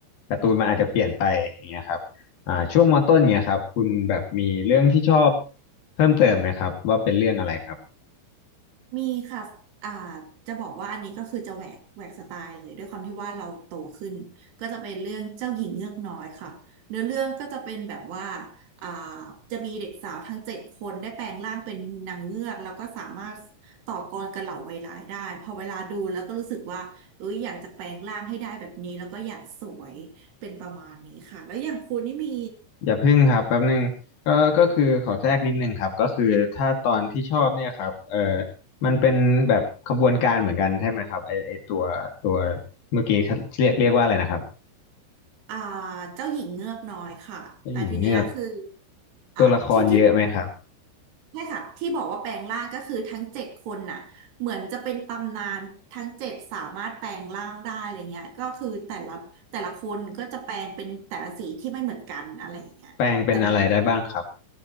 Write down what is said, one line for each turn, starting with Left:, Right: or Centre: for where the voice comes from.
Left: การ์ตูนมันอาจจะเปลี่ยนไปอย่างเงี้ยครับ อ่าช่วงมต้นเงียครับคุณแบบมีเรื่องที่ชอบเพิ่มเติมไหมครับว่าเป็นเรื่องอะไรครับ
Right: มีค่ะอ่าจะบอกว่าอันนี้ก็คือจะแหวกแหวกสไตล์เลยด้วยความที่ว่าเราโตขึ้นก็จะเป็นเรื่องเจ้าหญิงเงือกน้อยค่ะเนื้อเรื่องก็จะเป็นแบบว่าอ่าจะมีเด็กสาวทั้งเจ็ดคนได้แปลงร่างเป็นนางเงือกแล้วก็สามารถต่อกรกับเหล่าไวร้ายได้พอเวลาดูแล้วก็รู้สึกว่าเอ้ยอยากจะแปลงร่างให้ได้แบบนี้แล้วก็อยากสวยเป็นประมาณนี้ค่ะแล้วอย่างคุณนี่มี
Left: อย่าพึ่งครับแป๊บนึงก็ก็คือขอแทรกนิดนึงครับก็คือถ้าตอนที่ชอบเนี่ยครับเออมันเป็นแบบขบวนการเหมือนกันใช่ไหมครับไอไอตัวตัวเมื่อกี้เรียกเรียกว่าอะไรนะครับ
Right: อ่าเจ้าหญิงเงือกน้อยค่ะแต่ทีเนี้ยคือ
Left: เจ้าหญิงเงือกตัวละครเยอะไหมครับ
Right: อ่าที่ที่ใช่ค่ะที่บอกว่าแปลงร่างก็คือทั้งเจ็ดคนน่ะเหมือนจะเป็นตำนานทั้งเจ็ดสามารถแปลงร่างได้อะไรเงี้ยก็คือแต่ละแต่ละคนก็จะแปลงเป็นแต่ละสีที่ไม่เหมือนกันอะไรอย่างเงี้ยแต่นางเอก
Left: แปลงเป็นอะไรได้บ้างครับ